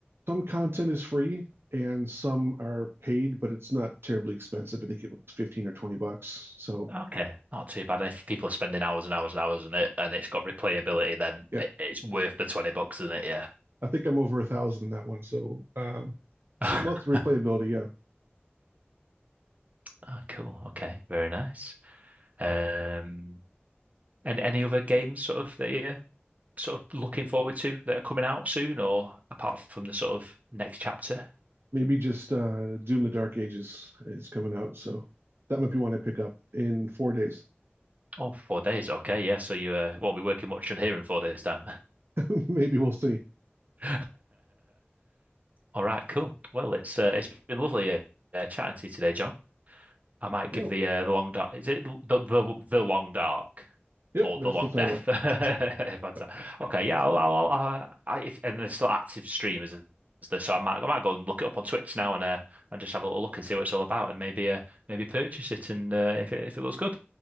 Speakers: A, on the right; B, on the right.
A: some content is free and some are paid, but it's not terribly expensive. I think it was 15 or 20 bucks. So
B: Okay, not too bad. If people are spending hours and hours and hours on it, and it's got replayability, then
A: yeah,
B: it, it's worth the twenty bucks, isn't it?
A: I think I'm over a thousand in that one. So, um, so
B: Yeah.
A: lots
B: <laughs>
A: of replayability. Yeah.
B: Oh, cool. Okay, very nice. Um, and any other games sort of that you sort of looking forward to that are coming out soon, or apart from the sort of next chapter?
A: Maybe just uh, Doom the Dark Ages is coming out. So that might be one I pick up in four days.
B: Oh, four days. Okay, yeah. So you uh, won't be working much on here in four days' time.
A: <laughs> Maybe we'll see.
B: <laughs> All right, cool. Well, it's uh, it's been lovely uh, uh, chatting to you today, John. I might
A: Yeah.
B: give the uh, the long dark. Is it the the, the long dark
A: Yep.
B: or
A: That's
B: the long
A: the title.
B: death? <laughs> If I'd
A: Yep.
B: say. Okay, yeah. I'll, I'll, I'll, uh, I, if, and there's still active streamers, is there? So I might I might go and look it up on Twitch now and uh, and just have a little look and see what it's all about and maybe uh, maybe purchase it and uh, if it if it looks good,